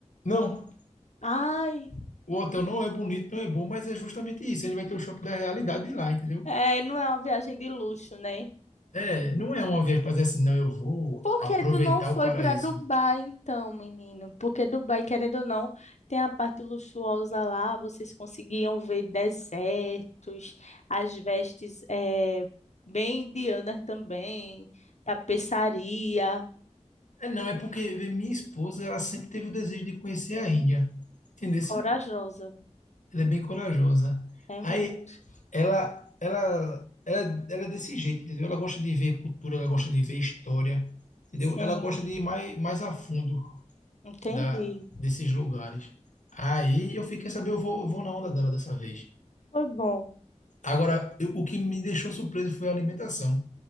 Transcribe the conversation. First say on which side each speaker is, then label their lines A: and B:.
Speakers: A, on the left; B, on the left.
A: Não,
B: Ai,
A: o hotel não é bonito, não é bom, mas é justamente isso. A gente vai ter o choque da realidade lá, entendeu?
B: é, não é uma viagem de luxo, né?
A: É, não é uma viagem para dizer assim, não, eu vou
B: Por
A: aproveitar
B: que tu não foi
A: o paraíso.
B: para Dubai então, menino? Porque Dubai, querendo ou não, tem a parte luxuosa lá, vocês conseguiam ver desertos, as vestes eh, bem indianas também, tapeçaria,
A: É, não, é porque vê, minha esposa, ela sempre teve o desejo de conhecer a Índia. Entendeu?
B: corajosa.
A: Ela é bem corajosa.
B: É muito.
A: Aí, ela, ela, ela, ela é desse jeito, entendeu? Ela gosta de ver cultura, ela gosta de ver história, entendeu?
B: Sim,
A: Ela gosta de ir mais, mais a fundo
B: entendi.
A: da, desses lugares. Aí, eu fiquei saber, eu vou, vou na onda dela dessa vez.
B: Foi bom.
A: Agora, eu- o que me deixou surpreso foi a alimentação,